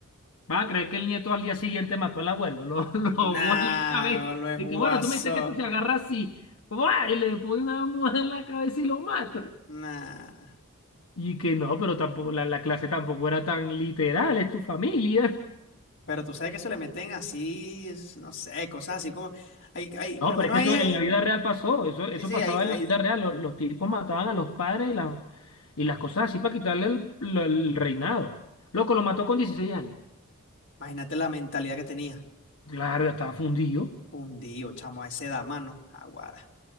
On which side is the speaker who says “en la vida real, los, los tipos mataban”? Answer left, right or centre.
Left